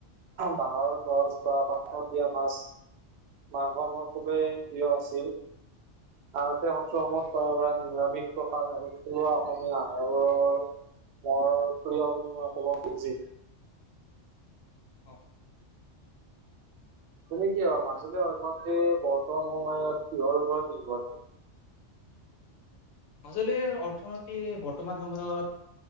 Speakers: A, on the right (about 65°); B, on the left (about 65°).
A: বাহৰ গছ বা পাতত দিয়া মাছ। মাংস মোৰ খুবেই
B: অ
A: প্ৰিয় আছিল, আনহাতে সত্ৰসমূহৰ
B: হয়
A: পৰা নিৰামিষ। প্ৰসাদ আৰু থলুৱা অসমীয়া আহাৰৰ বোৰ, মোৰ প্ৰিয় বুলি মই ক'ব খুজি।
B: অ'।
A: তুমি কি ভাবা, মাজুলী অৰ্থ যে বৰ্তমান সময়ত কিহৰ ওপৰত নিৰ্ভৰ?
B: মাজুলীৰ অৰ্থতিৰ বৰ্তমান সময়ত